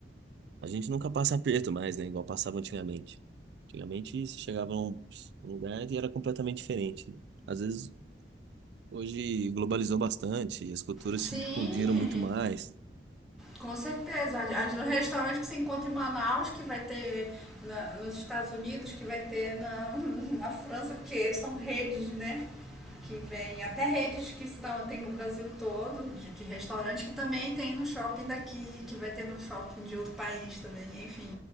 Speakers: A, on the right; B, in the centre.
A: a gente nunca passa aperto mais, né? Igual passava antigamente. Antigamente você chegava num num lugar e era completamente diferente. né? Às vezes hoje globalizou bastante, as culturas
B: Sim.
A: se difundiram muito mais.
B: Com certeza. As, os restaurantes que se encontra em Manaus, que vai ter na- nos Estados Unidos, que vai ter na, <laughs> na França, porque são redes, né? Que vem até redes que estão, tem no Brasil todo, de, de restaurante, que também tem no shopping daqui, que vai ter no shopping de outro país também, enfim.